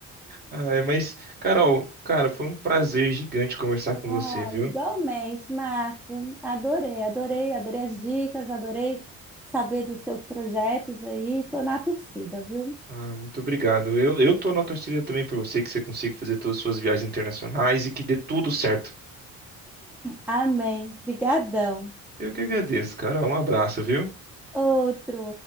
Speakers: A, on the right; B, in the centre.
A: Ai, mas, Carol, cara, foi um prazer gigante conversar
B: Oh,
A: com você, viu?
B: igualmente, Marco. Adorei, adorei, adorei as dicas, adorei saber dos seus projetos aí. Tô na torcida, viu?
A: Ah, muito obrigado. Eu, eu tô na torcida também por você, que você consiga fazer todas as suas viagens internacionais e que dê tudo certo.
B: Amém. Obrigadão.
A: Eu que agradeço, cara. Um abraço, viu?
B: Outro.